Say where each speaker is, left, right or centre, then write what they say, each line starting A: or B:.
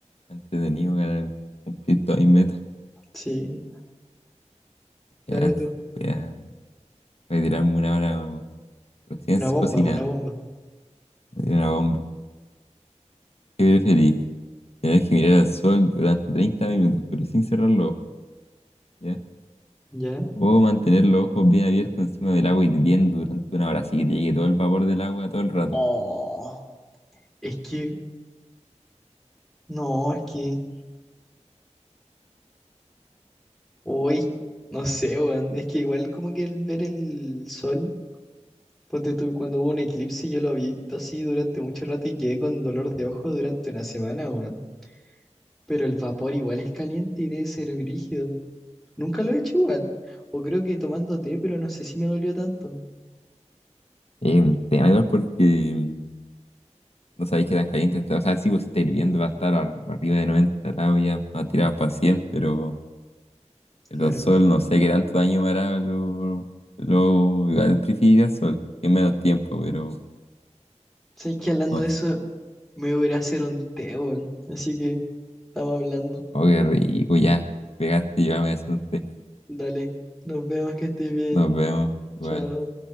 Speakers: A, on the left (about 55°); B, in the centre.
A: Entretenido para cumplir todas mis metas.
B: Sí. Dale
A: Ya,
B: tú.
A: voy a, voy a tirarme una hora recién
B: Una bomba,
A: cocinada.
B: una bomba.
A: Me tiré una bomba. ¿Qué preferís? Tener que mirar al sol durante 30 minutos, pero sin cerrar los ojos, ¿ya?
B: ¿Ya?
A: O mantener los ojos bien abiertos encima del agua y hirviendo durante una hora, así que te llegue todo el vapor del agua todo el rato.
B: Oh, Es que, no, es que, hoy, no sé, weón. Es que igual como que el ver el sol, ponte tú, cuando hubo un eclipse, yo lo vi así durante mucho rato y quedé con dolor de ojo durante una semana, weón. Pero el vapor igual es caliente y debe ser brígido. Nunca lo he hecho igual. O creo que tomando té, pero no sé si me dolió tanto.
A: Es un tema igual porque mm, no sabéis qué tan caliente está. O sea, sí, vos si está hirviendo va a estar ar- arriba de 90 grados, ya va a tirar para 100, pero El
B: Claro.
A: Don Sol, no sé qué tanto daño me hará. Lo, lo, igual prefiero el Sol, que es menos tiempo, pero
B: Sé que hablando
A: no
B: de
A: sé.
B: eso, me voy a ir a hacer un té, weón. Así que estamos hablando.
A: Oh, qué rico, ya. Pegaste y yo me voy a hacer un té.
B: Dale, nos vemos que estés bien.
A: Nos vemos,
B: Chao.
A: igual.